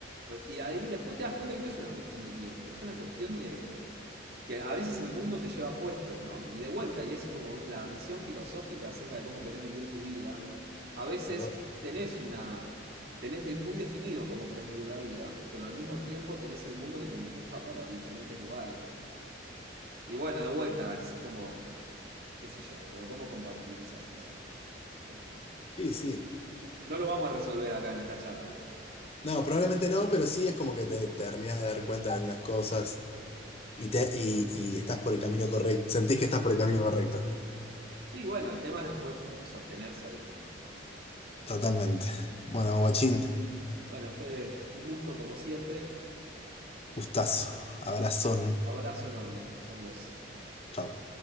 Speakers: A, on the right; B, on the left.
A: Pero- Y ahí después te das cuenta que no es una cuestión de tiempo, es una cuestión de que a veces el mundo te lleva puesto, ¿no? Y de vuelta, y es como un- la visión filosófica acerca de cómo querés vivir tu vida. A veces
B: Tal cual.
A: vos tenés una, tenés de- muy definido cómo querés vivir la vida, pero al mismo tiempo tenés el mundo que te empuja para diferentes lugares. Y bueno, de vuelta, es como, qué sé yo, boludo, ¿cómo compatibilizás eso? No sé.
B: Sí, sí.
A: No lo vamos a resolver acá en esta charla igual.
B: No, probablemente no, pero sí es como que te, terminas de dar cuenta de algunas cosas y, te, y, y estás por el camino correcto. Sentís que estás por el camino correcto.
A: Sí, bueno, el tema es después sostenerse ahí, ¿no?
B: Totalmente. Bueno, guachín,
A: Bueno, Fede, un gusto como siempre.
B: gustazo, abrazón.
A: Abrazo enorme. Adiós.
B: Chau.